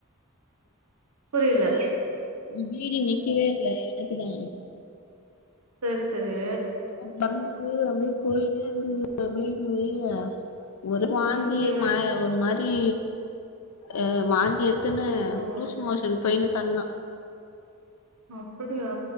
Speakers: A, on the right; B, on the left.
A: புரியல
B: ப்ளீடிங் நிக்கவே இல்ல எனக்குதா
A: சரி சரி
B: அவ பெறந்து அப்டியே போயினே இருந்துதா பிளீடிங்கு ஒரு வாந்தி
A: ஓகே
B: மா ஒரு மாரி அ வாந்தி எடு த்ன்னு
A: ஓஹோ
B: லூஸ் மோஷன் போயின்னு கந்தா
A: அப்புடியா